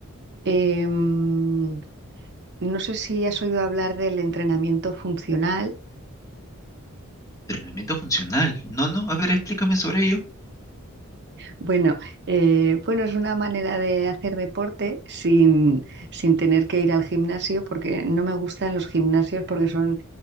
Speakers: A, on the right (about 50°); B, on the left (about 15°).
A: em, no sé si has oído hablar del entrenamiento funcional.
B: Entrenamiento funcional. No, no, a ver, explícame sobre ello.
A: Bueno, eh, bueno, es una manera de hacer deporte sin, sin tener que ir al gimnasio, porque no me gustan los gimnasios porque son,